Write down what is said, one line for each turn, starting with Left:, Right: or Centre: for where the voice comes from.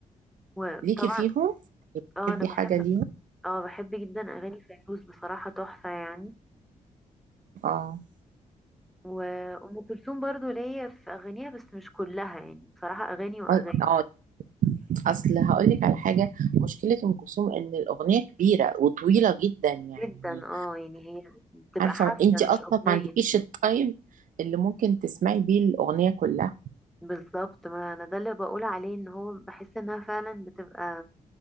Centre: وطبعا
Right: ليكي فيهم بتحبي
Centre: اه انا بحب
Right: حاجة ليهم
Centre: اه بحب جدا اغاني فيروز بصراحة تحفة يعني
Right: اه
Centre: وأم كلثوم برضو ليا في أغانيها بس مش كلها يعني بصراحة أغاني وأغاني
Right: اه آه، اصل هقول لك على حاجة مشكلة ام كلثوم ان الأغنية كبيرة وطويلة جدا يعني
Centre: جدا اه يعني هي بتبقى
Right: عارفة
Centre: حفلة
Right: انت اصلا
Centre: مش أغنية
Right: ما عندكيش التايم اللي ممكن تسمعي بيه الأغنية كلها
Centre: بالظبط ما أنا ده اللي بقول عليه إن هو بحس إنها فعلا بتبقى